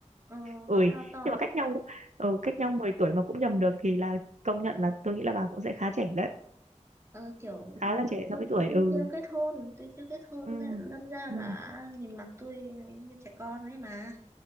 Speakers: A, on the right (about 20°); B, on the right (about 70°).
A: ờ,
B: ui
A: nó cao to lắm.
B: nhưng mà cách nhau ờ, cách nhau 10 tuổi mà cũng nhầm được thì là công nhận là tôi nghĩ là bà cũng sẽ khá trẻ đấy
A: ờ, kiểu
B: khá là trẻ
A: tôi
B: so với tuổi
A: tôi
B: ừ
A: chưa kết hôn tôi chưa kết hôn
B: ừ
A: nên lâm ra
B: ừ
A: là nhìn mặt tôi như trẻ con ấy mà